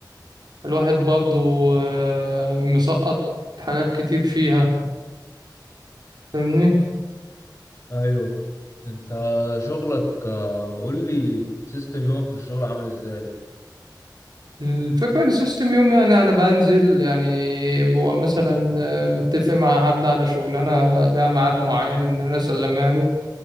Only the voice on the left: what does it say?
ايوه انت شغلك آه، قول لي سيستم يومك في الشغل عامل ازاي